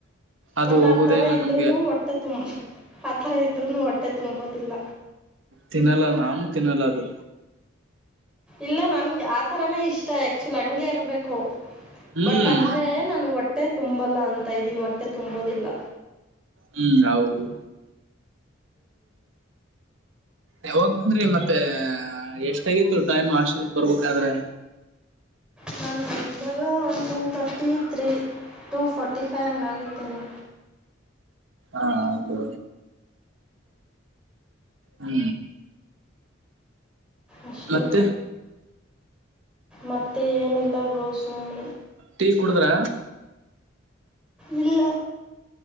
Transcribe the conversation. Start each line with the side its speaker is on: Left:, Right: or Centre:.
Right: ಅದು
Centre: ಬಟ್
Right: ಹೋಗೋದೇ
Centre: ಆರ್ತರ
Right: ಇಲ್ಲ
Centre: ಇದ್ರುನು
Right: ನಮ್ಗೆ
Centre: ಹೊಟ್ಟೆ ತುಂಬ ಆತರ ಇದ್ರುನು ಹೊಟ್ಟೆ ತುಂಬೋದಿಲ್ಲ
Right: ತಿನ್ನಲ್ಲ ನಾನು ತಿನ್ನಲ್ಲ ಅದು
Centre: ಇಲ್ಲ ನನ್ಗೆ ಆತರಾನೇ ಇಷ್ಟ ಯಾಕ ಆಕ್ಟುಯಲ್ಲಿ ಹಂಗೆ ಇರಬೇಕು
Right: ಹ್ಮ್
Centre: ಬಟ್ ಅಂದ್ರೆ ನಂಗೆ ಹೊಟ್ಟೆ ತುಂಬಲ್ಲ ಅಂತ ಇದೀನ್ ಹೊಟ್ಟೆ ತುಂಬೋದಿಲ್ಲ
Right: ಹೂ ಹೌದು ಯಾವಾಗ್ ಬಂದ್ರಿ ಮತ್ತೆ ಎಷ್ಟಗಿತ್ತು ಟೈಮ್ ಹಾಸ್ೆಲ್ಕ್ ಬರ್ಬೇಕಾದ್ರೆ
Centre: ನಾನು ಬಂದಂದಾಗ ಒಂದು two thirty three two forty five ಹಂಗಾಗಿತ್ತೇನೆ
Right: ಹಾ ಹೌದು ಹೂ
Centre: ಅಷ್ಟೇ
Right: ಮತ್ತೆ
Centre: ಮತ್ತೆ ಏನು ಇಲ್ಲ ಬ್ರೋ ಸುಮ್ನೆ
Right: ಟೀ ಕುಡುದ್ರ
Centre: ಇಲ್ಲ